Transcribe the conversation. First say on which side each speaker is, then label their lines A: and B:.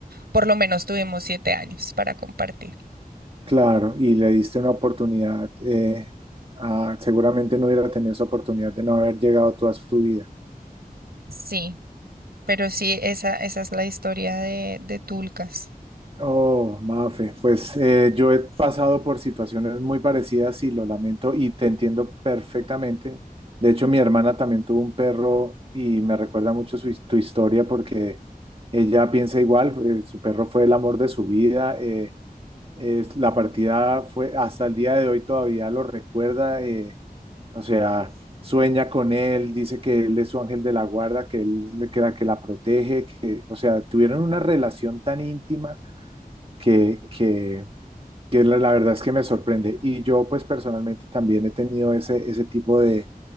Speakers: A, on the right (about 85°); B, on the right (about 35°).
A: por lo menos tuvimos siete años para compartir.
B: Claro, y le diste una oportunidad, eh, a- seguramente no hubiera tenido esa oportunidad de no haber llegado tú a su vida.
A: Sí. Pero sí, esa, esa es la historia de, de Tulcas.
B: Oh, Mafe, pues eh, yo he pasado por situaciones muy parecidas y lo lamento y te entiendo perfectamente. De hecho, mi hermana también tuvo un perro y me recuerda mucho su, his- tu historia porque ella piensa igual, eh, su perro fue el amor de su vida, eh, es- la partida fue, hasta el día de hoy todavía lo recuerda, eh, O sea, sueña con él, dice que él es su ángel de la guarda, que él le que la, que la protege, que, o sea, tuvieron una relación tan íntima que, que, que la, la verdad es que me sorprende. Y yo, pues personalmente también he tenido ese, ese tipo de,